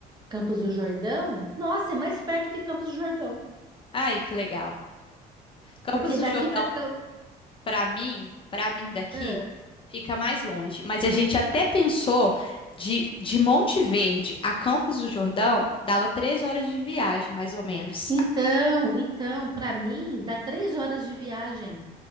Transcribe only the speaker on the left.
Ai, que legal. Campos
do
Jordão
Pra mim, pra mim daqui,
fica mais longe. Mas a gente até pensou de, de Monte Verde a Campos do Jordão, dava três horas de viagem, mais ou menos.